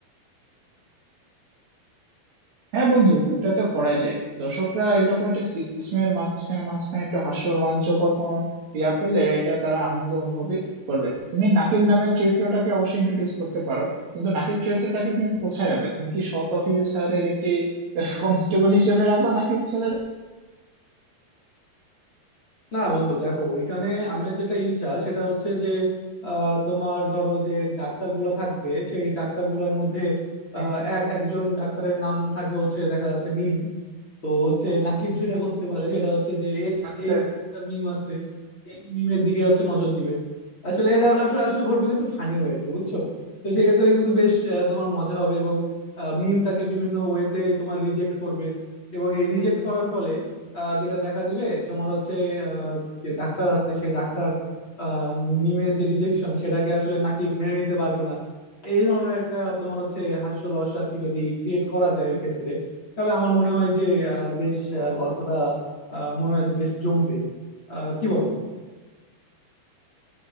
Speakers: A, on the right; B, on the left.
A: হ্যাঁ বন্ধু এটা তো করাই যায় দর্শকরা এরকম একটা সিরিয়াস মুভের মাঝখানে মাঝখানে একটু হাস্য রোমাঞ্চকর কোনো ইয়া পেলে এটা তারা আনন্দ অনুভবই করবে তুমি নাকিব নামের চরিত্রটাকে অবশ্যই ইন্ট্রোডিউস করতে পারো কিন্তু নাকিব চরিত্রটাকে তুমি কোথায় রাখবে তুমি কি সৎ অফিসারের একটি কনস্টেবল হিসেবে রাখবা নাকিব ছেলের
B: না বন্ধু দেখো ওইখানে আমার যেটা ইচ্ছা সেটা হচ্ছে যে আহ, তোমার ধরো যে ডাক্তারগুলা থাকবে সেই ডাক্তারগুলার মধ্যে
A: নাকি
B: আহ, এক একজন ডাক্তারের নাম থাকবে হচ্ছে দেখা যাচ্ছে মিম তো হচ্ছে নাকিব যেটা করতে পারে সেটা হচ্ছে যে এ-
A: ডাক্তার
B: এই যে ডাক্তার মিম আছে এই মিমের দিকে হচ্ছে নজর দিবে আসলে এটা আসলে আসলে ঘটবে কিন্তু ফানি ওয়েতে বুঝছো তো সেক্ষেত্রে কিন্তু বেশ আহ, তোমার মজা হবে এবং মিম তাকে বিভিন্ন ওয়েতে তোমার রিজেক্ট করবে এবং এই রিজেক্ট করার ফলে আহ, যেটা দেখা দিবে তোমার হচ্ছে আহ, যে ডাক্তার আছে সে ডাক্তার আহ, মিমের যে রিজেকশন সেটাকে আসলে নাকি মেনে নিতে পারবে না এই ধরনের একটা তোমার হচ্ছে হাস্যরস আর কি যদি ক্রিয়েট করা যায় ওই ক্ষেত্রে তবে আমার মনে হয় যে আহ, বেশ আহ, গল্পটা আহ, মনে হয় যে বেশ জমবে আহ, কি বলো